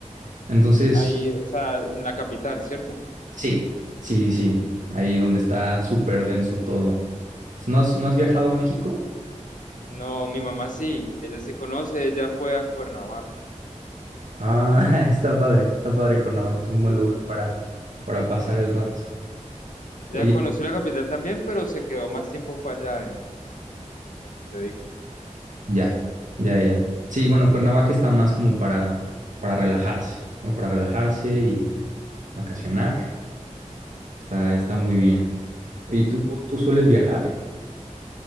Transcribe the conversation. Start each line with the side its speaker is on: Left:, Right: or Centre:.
Right: Entonces,
Left: Ahí, o sea, en la capital, ¿cierto?
Right: sí, sí, sí. Ahí donde está súper denso todo. ¿No has, no has viajado a México?
Left: No, mi mamá sí, ella sí conoce, ella fue a Cuernavaca.
Right: Ah, <laughs> está padre. Está padre Cuernavaca. Es un buen
Left: Sí,
Right: lugar
Left: sí, sí.
Right: para, para pasar el rato.
Left: Ella
Right: Oye.
Left: conoció la capital también, pero se quedó más tiempo fue allá, en donde te digo.
Right: Ya, ya, ya. Sí, bueno, Cuernavaca está más como para, para relajarse, ¿no? Para relajarse y vacacionar. Está, está muy bien. Oye, ¿tú, tú sueles viajar?